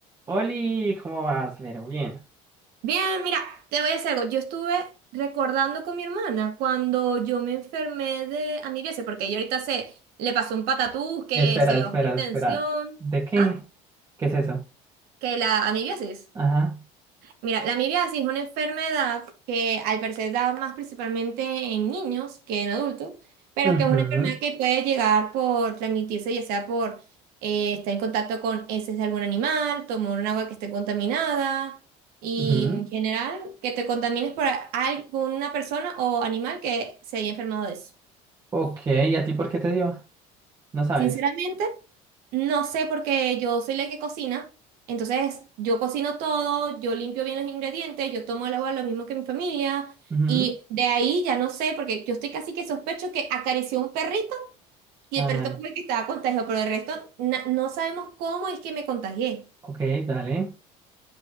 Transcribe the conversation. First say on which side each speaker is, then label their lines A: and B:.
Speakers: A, on the right; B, on the right.
A: Oli, ¿cómo vas? Pero bien.
B: Bien, mira, te voy a decir algo. Yo estuve recordando con mi hermana cuando yo me enfermé de amibiasis, porque ella ahorita se le pasó un patatús, que
A: Espera,
B: se le
A: espera,
B: bajó la
A: espera.
B: tensión.
A: ¿De qué?
B: Ah,
A: ¿Qué es eso?
B: que la amibiasis.
A: Ajá.
B: Mira, la amibiasis es una enfermedad que al parecer da más principalmente en niños que en adultos, pero
A: Ujú,
B: que es una enfermedad que puede llegar por transmitirse, ya sea por eh, estar en contacto con heces de algún animal, tomar un agua que esté contaminada y
A: ujú.
B: en general que te contamines por a- alguna persona o animal que se haya enfermado de eso.
A: Ok, ¿y a ti por qué te dio? No sabes.
B: Sinceramente, No sé porque yo soy la que cocina, entonces yo cocino todo, yo limpio bien los ingredientes, yo tomo el agua lo mismo que mi familia
A: Ujú.
B: y de ahí ya no sé porque yo estoy casi que sospecho que acarició un perrito y
A: Ay,
B: el perrito fue el que estaba contagiado, pero el resto na- no sabemos cómo es que me contagié.
A: ok, dale.